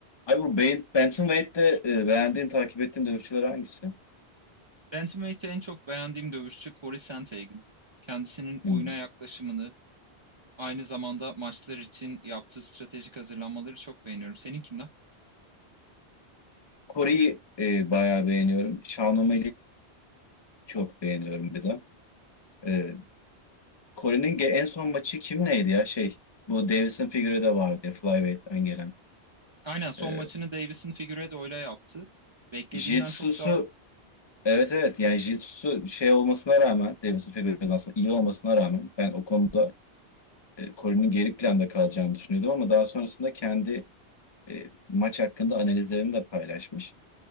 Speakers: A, on the left (about 40°); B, on the right (about 45°).
A: Abi bu Bey- Bantamweight'te e, beğendiğin, takip ettiğin dövüşçüler hangisi?
B: Bantamweight'te en çok beğendiğim dövüşçü Corey Sandhagen. Kendisinin
A: Hmm.
B: oyuna yaklaşımını, aynı zamanda maçlar için yaptığı stratejik hazırlanmaları çok beğeniyorum. Senin kimler?
A: Kore'yi e, bayağı beğeniyorum. Shawn çok beğeniyorum bir de. E, Kore'nin ge- en son maçı kim neydi ya? Şey, bu Davison Figueiredo vardı ya, Flyweight'ten gelen.
B: Aynen son
A: E,
B: maçını Davis'in Figueiredo'yla yaptı. Beklediğimden
A: Jitsu'su,
B: çok daha
A: evet evet yani Jitsu'su şey olmasına rağmen, Davison Figueiredo'nun aslında iyi olmasına rağmen ben o konuda e, Kore'nin geri planda kalacağını düşünüyordum ama daha sonrasında kendi e, maç hakkında analizlerini de paylaşmış.